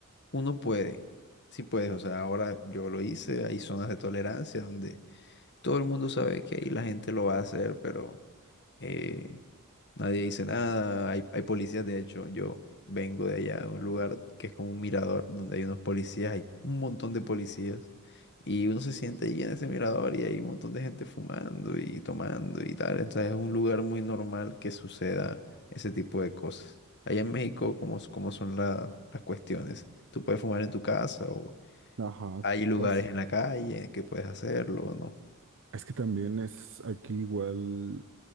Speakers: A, on the left (about 50°); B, on the right (about 60°).
A: Uno puede, sí puedes, o sea, ahora yo lo hice, hay zonas de tolerancia donde todo el mundo sabe que ahí la gente lo va a hacer, pero... eh, Nadie dice nada, hay, hay policías, de hecho, yo vengo de allá, de un lugar que es como un mirador, donde hay unos policías, hay un montón de policías, y uno se siente allí en ese mirador y hay un montón de gente fumando y tomando y tal, entonces es un lugar muy normal que suceda ese tipo de cosas. Allá en México, ¿cómo, s- cómo son la- las cuestiones? ¿Tú puedes fumar en tu casa o
B: Ajá.
A: hay lugares
B: O s-
A: en la calle que puedes hacerlo o no?
B: Es que también es aquí igual